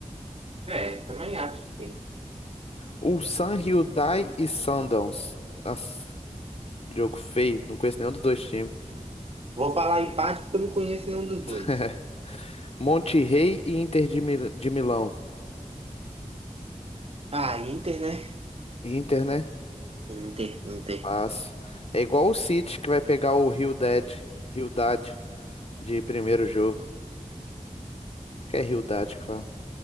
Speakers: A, on the right; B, on the left.
A: É, também acho que tem.
B: Ulsan Hyundai e Sundowns. Nossa, jogo feio. Não conheço nenhum dos dois times.
A: Vou falar empate porque eu não conheço nenhum dos
B: <laughs>
A: dois.
B: Monte Rey e Inter de, Mil- de Milão.
A: Ah, Inter, né?
B: Inter, né?
A: Inter, Inter.
B: Fácil. É igual o City que vai pegar o Rio Dead, Rio Hyundai de primeiro jogo. Acho que é Hyundai que fala.